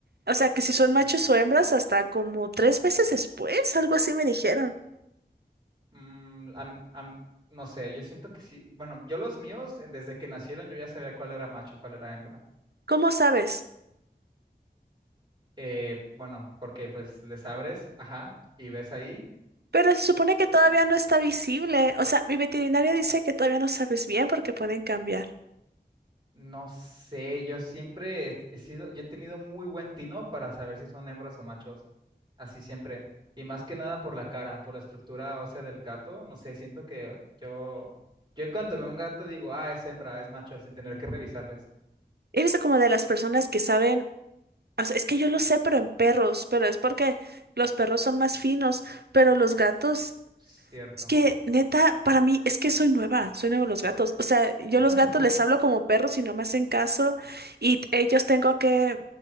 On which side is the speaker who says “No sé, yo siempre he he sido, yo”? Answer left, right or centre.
Right